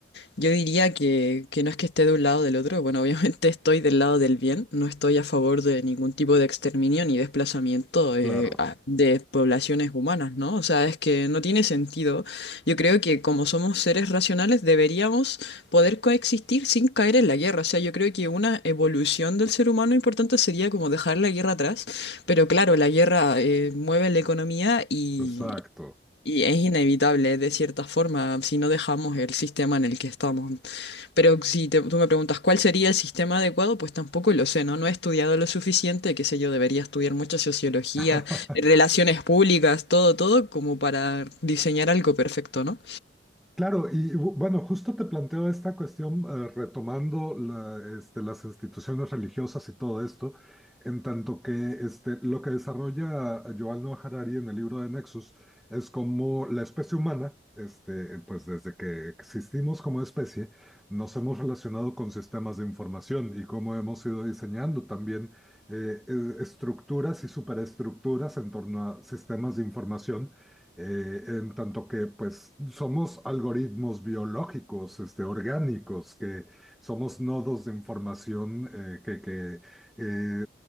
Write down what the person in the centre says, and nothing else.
Claro,
exacto.
<laughs>
Claro, y bu- bueno, justo te planteo esta cuestión eh, retomando la, este, las instituciones religiosas y todo esto, en tanto que este, lo que desarrolla Yuval Noah Harari en el libro de Nexus es como la especie humana, este, pues desde que existimos como especie, nos hemos relacionado con sistemas de información y cómo hemos ido diseñando también eh, eh, estructuras y superestructuras en torno a sistemas de información eh, en tanto que pues somos algoritmos biológicos, este, orgánicos, que somos nodos de información eh, que, que eh,